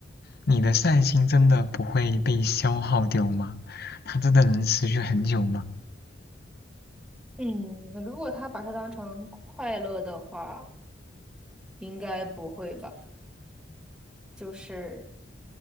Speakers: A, on the left; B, in the centre.
A: 你的善心真的不会被消耗掉吗？它真的能持续很久吗？
B: 嗯，如果他把它当成快乐的话，应该不会吧？就是。